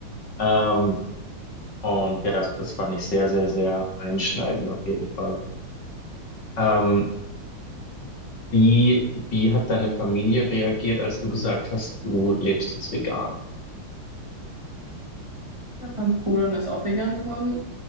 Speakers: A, on the left; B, on the right.
A: Ähm, Und ja, das, das fand ich sehr, sehr, sehr einschneidend auf jeden Fall. Ähm, wie, wie hat deine Familie reagiert, als du gesagt hast, du lebst jetzt vegan?
B: Ich fand cool und ist auch vegan geworden.